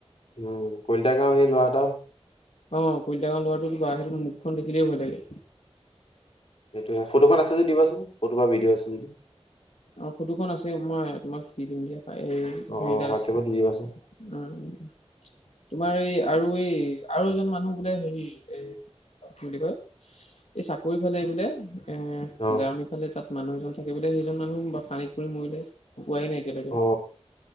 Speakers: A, on the left (about 60°); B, on the left (about 80°).
A: উম। কলিতা গাৱঁৰ সেই লৰা এটাও
B: অ, কলিতা গাৱঁৰ লৰাটো কিবা সেইটো মুখখন দেখিলেই ভয় লাগে।
A: সেইটোৱে। ফটোখন আছে যদি দিবাচোন, ফটো বা ভিডিঅ' আছে যদি।
B: অ ফটোখন আছে, মই তোমাক দি দিম দিয়া। এ এই,
A: অ
B: হেৰি
A: অ
B: তাৰ
A: হোৱাটছএপত
B: আছে।
A: দি দিবাচোন
B: উম। তোমাৰ এই আৰু এই, আৰু এজন মানুহ বোলে হেৰি, এ কি বুলি কয়, এই চাপৰি ফালে এই বোলে এ,
A: অ
B: জাৰণি ফালে তাত মানুহ এজন থাকে বোলে। সেইজন মানুহ বা পানীত পৰি মৰিলে। পোৱাই নাই এতিয়ালৈকে
A: অ।